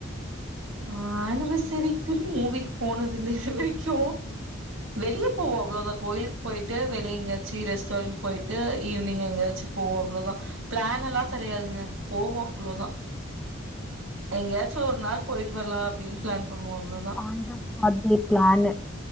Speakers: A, on the right; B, in the centre.
A: ஆனா வர்சரிக்குனு மூவிக்கு போனது இல்ல இது வரைக்கு வெளிய போவோ அவ்ளோதா கோயிலுக்கு போயிட்டு வெளிய எங்கயாச்சி ரெஸ்டாரண்ட் போயிட்டு ஈவினிங் எங்கயாச்சு போவோ அவ்ளோதா பிளான் எல்லா கெடையாதுங்க போவோ அவ்ளோதா எங்கயாச்சு ஒரு நாள் போயிட்டு வரலா அப்டின்னு பிளான் பண்ணுவோ அவ்ளோதா
B: ஆன் த ஸ்பாட்லயே பிளானு